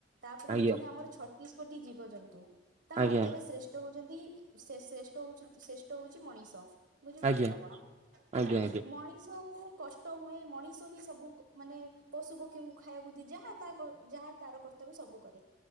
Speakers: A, on the right; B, on the right.
A: ତାପରେ
B: ଆଜ୍ଞା
A: ହଉଛନ୍ତି ଆମର ଛତିଶ କୋଟି ଜୀବଜନ୍ତୁ ତା
B: ଆଜ୍ଞା
A: ମଧ୍ୟରେ ଶ୍ରେଷ୍ଠ ଷ୍ଟ ହଉଛନ୍ତି ଶ୍ରେଷ୍ଠ ହଉଛନ୍ତି ଶ୍ରେଷ୍ଠ ହଉଛି ମଣିଷ। ବୁଝିପାରୁଛନ୍ତି
B: ଆଜ୍ଞା
A: ଆପଣ ହେଲା
B: ଆଜ୍ଞା
A: ମଣିଷ କୁ କଷ୍ଟ ହୁଏ ମଣିଷ ସବୁ ମାନେ ପଶୁ ପକ୍ଷୀଙ୍କୁ ଖାଇବାକୁ ଦିଏ ଯାହା ତା ଯାହା ତାର କର୍ତ୍ତବ୍ୟ ସବୁ କରେ।